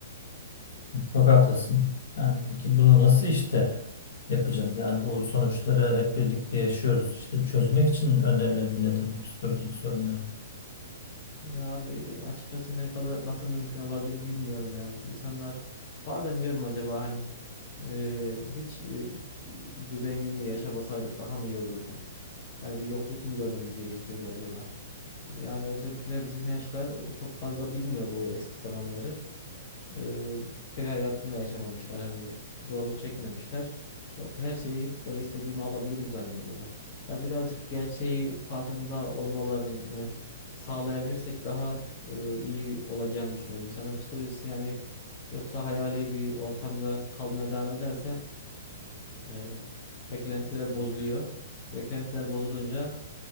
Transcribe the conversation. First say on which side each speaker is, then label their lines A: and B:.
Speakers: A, on the left (about 70°); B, on the left (about 35°).
A: Çok haklısın. Yani peki bunu nasıl işte yapacağız? Yani bu sonuçları hep birlikte yaşıyoruz. İşte çözmek için önerilerin nedir bu psikolojik sorunları?
B: Ya abi açıkçası ne kadar nasıl mümkün olabilir bilmiyorum ya. İnsanlar bazen diyorum acaba hani eee, hiç eee, bu zenginliği yaşamasaydık daha mı iyi olurdu? Yani bir yokluk mu görmemiz gerekiyordu acaba? Yani özellikle bizim yaşlar çok fazla bilmiyor bu eski zamanları. Ee, köy hayatında yaşamamışlar. Hani zorluk çekmemişler. Do- Her şeyi böyle istediğimi alabilirim zannediyorlar. Ya birazcık gerçeği farkında olmalarını sağlayabilirsek daha e, iyi olacağını düşünüyorum. İnsanın psikolojisi yani yoksa hayali bir ortamda kalmaya devam ederse e, beklentiler bozuluyor. Beklentiler bozulunca